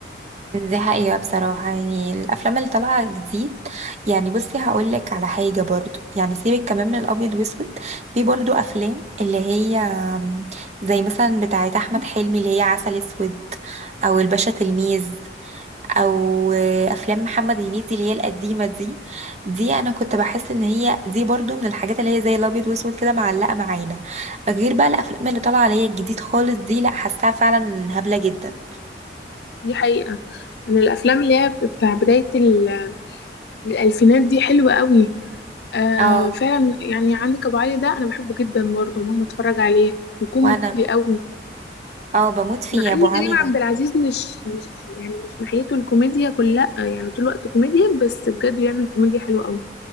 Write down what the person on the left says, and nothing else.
دي حقيقة أنا الأفلام اللي هي بتاع بداية ال- الألفينات دي حلوة قوي آه
فعلا يعني عندك ابو علي ده انا بحبه جدا برضه ماما اتفرج عليه وكوميدي
قوي
مع
ان
كريم
عبد العزيز مش مش يعني مش ناحيته الكوميديا كلها آه، يعني طول الوقت كوميديا بس بجد بيعمل كوميديا حلوه قوي